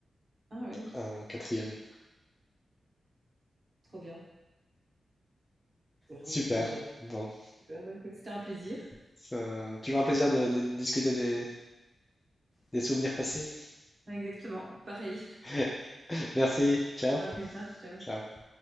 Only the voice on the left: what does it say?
en quatrième.
Super.
Bon,
C'est toujours un plaisir de, de discuter des des souvenirs passés.
<laughs> Merci, ciao,
ciao.